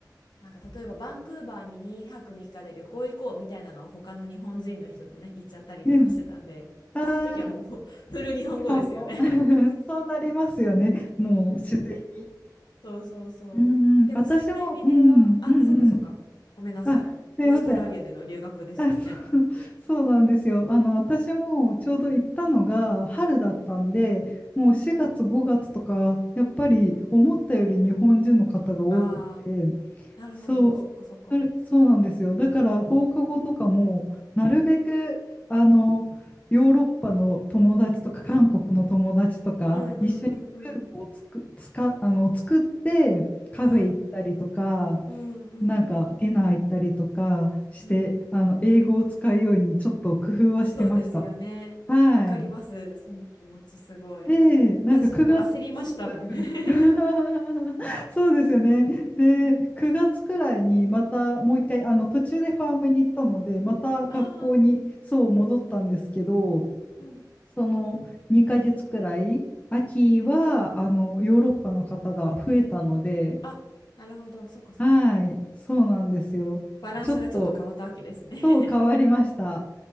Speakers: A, on the left (about 80°); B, on the left (about 20°).
A: なんか例えばバンクーバーに2泊3日で旅行行こうみたいなのは他の日本人の人とね、行っちゃったりとかしてたんで、
B: うん。ああ
A: そういう時はもう <laughs> フル日本語ですよね
B: ー、日本語。<laughs> そうなりますよね。もう自然に。
A: <laughs> うん、<laughs> そうそうそう。
B: うんうん、
A: でもそういった意味では、
B: 私も、うん、
A: あ、
B: うんうん。
A: そうかそうか。ごめんなさい。
B: あ、すいません。
A: オーストラリアでの留学ですよね。
B: あ、あ、そう、<laughs> そうなんですよ。あの、私もちょうど行ったのが春だったんで、
A: うんうん。
B: もう4月、
A: うんうん。
B: 5月とか、やっぱり思ったより日本人の方が多くて、
A: ああ、なるほど。
B: そう、
A: そっかそっか。
B: それ、そうなんですよ。だから放課後とかも、なるべく、
A: うん。
B: あの、ヨーロッパの友達とか、韓国の友達とか、
A: うん、うんうんうんうん
B: 一緒にグループをつく、つか、あの、作って、カフェ行ったりとか、
A: うんうんうん
B: なんかディナー行ったりとかして、
A: うん
B: あの、英語を使うようにちょっと工夫はしてました。
A: そうですよね。
B: はい。
A: わかります。その気持ちすごい。
B: で、なんか9月、
A: 私も焦りましたもん。
B: うん。
A: <laughs>
B: <laughs> そうですよね。で、
A: うん。
B: 9月くらいにまたもう一回、
A: うん
B: あの途中でファームに行ったので、また学校にそう戻ったんですけど、
A: ああ、うん。
B: その2ヶ月くらい、秋はあのヨーロッパの方が増えたので、
A: うんうん。あ、なるほど。そっかそっか。
B: はい、そうなんですよ。
A: バランスがちょっと変わったわけですね
B: ちょっと、と変わりました。